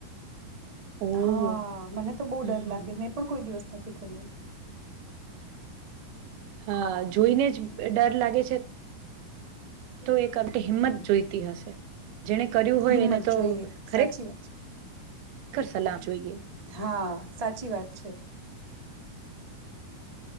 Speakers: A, on the right; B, on the right.
A: ઓહ
B: હા મને તો બો
A: હમ
B: ડર લાગે મેં પણ કોઈ દિવસ નથી કર્યું
A: હા જોઈને જ ડર લાગે છે. તો એક <unintelligible> હિંમત જોઈતી હશે. જેને કર્યું હોય
B: હિંમત
A: એને તો
B: જોઈએ
A: ખરેખર
B: સાચી વાત છે. <unintelligible>
A: સલાહ જોઈએ
B: હા સાચી વાત છે. <unintelligible>